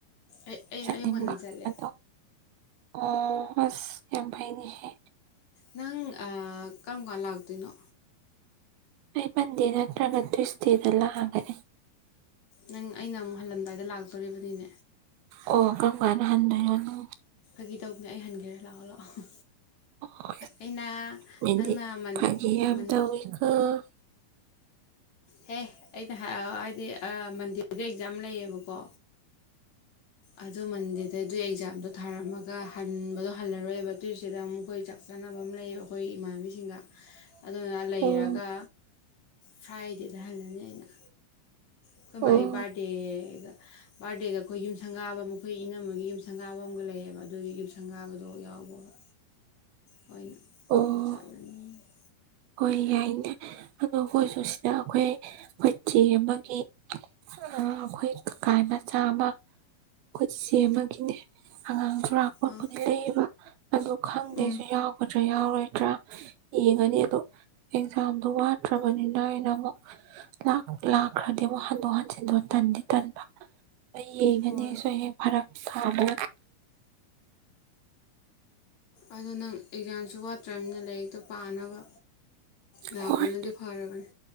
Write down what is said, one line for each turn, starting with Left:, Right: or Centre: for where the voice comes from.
Left: ꯑꯩ ꯑꯩ
Right: ꯆꯠꯅꯤꯡꯕ
Left: ꯑꯩꯌꯨ ꯍꯟꯅ ꯆꯠꯂꯦ
Right: ꯑꯗꯣ ꯑꯣ ꯍꯁ ꯌꯥꯝ ꯐꯥꯏꯅꯤ ꯍꯦ
Left: ꯅꯪ ꯀꯔꯝ ꯀꯥꯟ ꯂꯥꯛꯇꯣꯏꯅꯣ
Right: ꯑꯩꯃꯟꯦꯅ ꯅꯠꯇꯒꯠꯇ ꯏꯁꯗꯗꯂ ꯍꯥꯏꯅꯤ
Left: ꯅꯪ ꯑꯩꯅ ꯑꯃꯨꯛ ꯍꯜꯂꯝꯟꯗꯥꯏꯗ ꯂꯥꯛꯇꯣꯔꯤꯕꯅꯤꯅꯦ
Right: ꯑꯣ ꯀꯧ ꯀꯥꯟꯅ ꯍꯟꯗꯣꯏꯅꯣꯅꯨ
Left: ꯑꯗꯨꯒꯤ ꯇꯧꯕꯅꯦ ꯑꯩ ꯍꯟꯈ꯭ꯔꯦ ꯂꯥꯛꯑꯣ ꯂꯥꯛꯑꯣ
Right: ꯍ
Left: ꯑꯩꯅ
Right: ꯃꯤꯗꯤ
Left: ꯅꯪꯅ ꯃꯟ
Right: ꯐꯒꯦ ꯌꯥꯝ
Left: ꯃꯟ
Right: ꯇꯋꯤꯈ <unintelligible>
Left: ꯍꯦ ꯑꯩꯅ ꯍꯥꯏꯗꯤ ꯃꯟꯗꯦꯗ ꯑꯦꯛꯖꯥꯝ ꯂꯩꯌꯦꯕꯀꯣ ꯑꯗꯨ ꯃꯟꯗꯦꯗ ꯑꯗꯨ ꯑꯦꯛꯖꯥꯝꯗꯣ ꯊꯥꯔꯝꯃꯒ ꯍꯟꯕꯗꯣ ꯍꯜꯂꯔꯣꯏꯕ ꯇ꯭ꯋꯁꯗꯦꯗ ꯑꯃꯨꯛ ꯑꯩꯈꯣꯏ ꯆꯥꯛ ꯆꯥꯅꯕ ꯑꯃ ꯂꯩꯌꯦꯕ ꯑꯩꯈꯣꯏ ꯏꯃꯥꯟꯅꯕꯤꯁꯤꯡꯒ ꯑꯗꯨꯅ ꯂꯩꯔꯒ
Right: ꯑꯣ
Left: ꯐ꯭ꯔꯥꯏꯗꯦꯗ ꯍꯜꯂꯅꯤ ꯑꯩꯅ꯫ ꯑꯈꯣꯏ
Right: ꯑꯣ
Left: ꯃꯥꯒꯤ ꯕꯥꯔꯗꯦꯗ ꯕꯥꯔꯗꯦꯒ ꯑꯈꯣꯏ ꯌꯨꯝꯁꯪꯒꯥꯕ ꯃꯈꯣꯏ ꯏꯅꯝꯃꯒꯤ ꯌꯨꯝꯁꯪꯒꯥꯕ ꯑꯃꯒ ꯂꯩꯌꯦꯕ ꯑꯗꯨꯒꯤ ꯌꯨꯝꯁꯪꯒꯥꯕꯗꯣ ꯌꯥꯎꯕꯒ꯫ <inaudible>
Right: ꯑꯣ ꯍꯣꯏ ꯌꯥꯏꯅꯦ ꯑꯗꯣ ꯑꯩꯈꯣꯏꯁꯨ ꯁꯤꯗ ꯑꯩꯈꯣꯏ ꯑꯩꯈꯣꯏ ꯆꯦ ꯑꯃꯒꯤ ꯑꯈꯣꯏ ꯀꯀꯥ ꯃꯆꯥ ꯑꯃ ꯑꯈꯣꯏ ꯆꯦꯆꯦ ꯑꯃꯒꯤꯅꯦ ꯑꯉꯥꯡ ꯨꯔꯛꯄꯕꯨꯗꯤ
Left: ꯑꯥ
Right: ꯂꯩꯌꯦꯕ ꯑꯗꯨ ꯈꯪꯗꯦꯁꯨ
Left: ꯎꯝ
Right: ꯌꯥꯎꯒꯗ꯭ꯔꯥ ꯌꯥꯎꯔ ꯔꫭꯏꯗ꯭ꯔꯥ ꯌꯦꯡꯑꯅꯤ ꯑꯗꯣ ꯑꯦꯛꯖꯥꯝꯗꯨ ꯋꯥꯠꯇ꯭ꯔꯕꯅꯤꯅ ꯑꯩꯅ ꯑꯃꯨꯛ ꯂꯥꯛ ꯂꯥꯛꯈ꯭ꯔꯗꯤ ꯑꯃꯨꯛ ꯍꯟꯗꯣꯛ ꯍꯟꯖꯤꯟꯗꯣ ꯇꯟꯗꯤ ꯇꯟꯕ꯫ ꯑꯩ ꯌꯦꯡꯒꯅꯤ
Left: ꯍꯣꯏ
Right: ꯁꯣꯏ ꯍꯦꯛ ꯐꯔꯛ ꯊꯥꯕ
Left: ꯑꯗꯣ ꯅꯪ ꯑꯦꯛꯖꯥꯝꯁꯨ ꯋꯥꯠꯇ꯭ꯔꯝꯅꯤꯅ ꯂꯥꯏꯔꯤꯛꯇꯣ ꯄꯥꯅꯕ ꯂꯥꯛꯄꯅꯗꯤ
Right: ꯍꯣꯏ
Left: ꯐꯔꯕꯅꯤ꯫